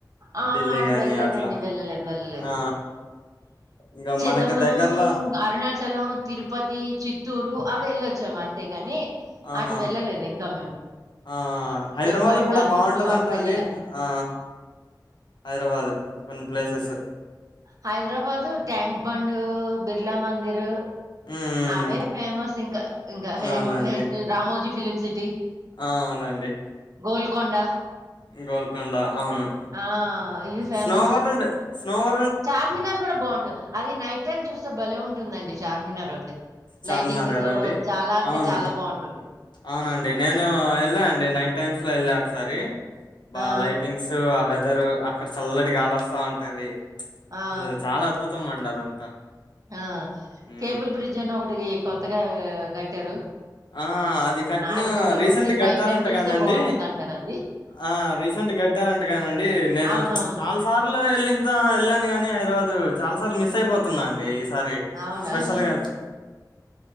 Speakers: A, on the right; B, on the left.
A: ఆ
B: ఢిల్లీ
A: అటు
B: గాని
A: వెళ్ళలేదండి
B: అట్లా
A: వెళ్ళలేదు వెళ్ళలేదు
B: ఆ ఇంకా
A: చిదంబరం
B: మనకు దగ్గర్లో
A: అరుణాచలం తిరుపతి చిత్తూరు అవి వెళ్ళొచ్చాము అంతేకాని
B: ఆహా
A: అటు వెళ్ళలేదు ఇంకా మేము
B: ఆ హైదరాబాద్
A: జమ్మూ అండ్
B: కూడా
A: కాశ్మీర్
B: బాగుంటదింటా
A: అటు వెళ్ళలే
B: అండి ఆ హైదరాబాద్ కొన్ని ప్లేసస్
A: హైదరాబాదు ట్యాంక్ బం బిర్లా మందిర్
B: హ్మ్ హ్మ్.
A: అవే ఫేమస్ ఇంకా ఇకా హ
B: అవునండి
A: రామోజీ ఫిలిమ సిటీ
B: ఆ అవునండి
A: గోల్కొండ
B: గోల్కండ అవును
A: ఆ ఇవి ఫేమస్
B: స్నో వర్ల్డ్ స్నో వ
A: చార్మినార్ కూడా బాగుంటుంది అది నైట్ టైమ్ చూస్తే భలే ఉంటుందండి చార్మినార్ అయితే
B: చార్మినార్
A: లైటింగ్
B: కదండి
A: తో చాలా అంటే
B: అవును
A: చాలా బాగుంటుంది
B: అవునండి నేను వెళ్ళా అండి నైట్ టైమ్స్ లో ళ్ ఒకసారి బా
A: ఆ
B: లైటింగ్స్ ఆ వెదరు అక్కడ చల్లటి గాలి వస్తా ఉంటది
A: ఆ
B: అసలు చాలా అద్భుతం అండి అదంతా
A: ఆ
B: హ్మ్.
A: కేబుల్ బ్రిడ్జ్ అనా ఒకటి కొత్తగా కట్టారు
B: ఆ అది కట్టిన
A: అది కూడా
B: రీసెంట్
A: ఒకటి
B: కట్టారంటగానండి
A: నైట్ టైమ్ చూస్తే బాగుంటుంది అంటారు అది
B: ఆ రీసెంట్ గట్టారంట కానిండి నేను
A: అవునవును
B: చాలా సార్లు వెళ్ళంతా వెళ్ళాను కాని దు చాల సార్ మ అయిపోతున్నా అండి ఈసారి
A: అవునా
B: స్పెషల్గా